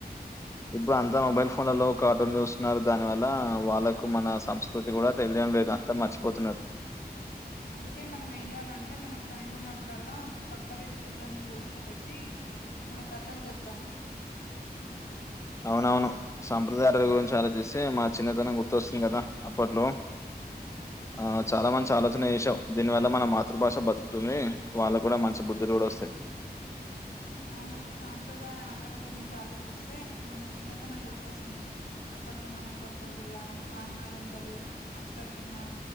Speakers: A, on the left (about 20°); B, on the left (about 70°).
A: ఇప్పుడు అంతా మొబైల్ ఫోన్లలో కార్టూన్ చూస్తున్నారు దాని వల్ల వాళ్ళకు మన సంస్కృతి కూడా తెలియ టం లేదు అంతా మర్చిపోతున్నారు
B: అందుకే మనం ఏం చేయాలంటే మనకు టైం ఉన్నప్పుడల్లా పక్క వీధి పిల్లల్ని కూర్చోబెట్టి మన కథలు చెప్ద
A: అవునవును సాంప్రదాయాల గురించి ఆలోచిస్తే మా చిన్నతనం గుర్తొస్తుంది కదా అప్పట్లో ఆ చాలా మంచి ఆలోచన చేసావు దీనివల్ల మన మాతృభాష బతుకుతుంది వాళ్ళకు కూడా మంచి బుద్ధులు కూడా వస్తాయి
B: అవును సాంప్రదాయ ఆటల గురించి ఆలోచిస్తే మన చిన్నతనం గుర్తొస్తుంది అప్పట్లో మనం తొక్కుడు బిల్ల వామన గుంతలు అష్టాచమ్మ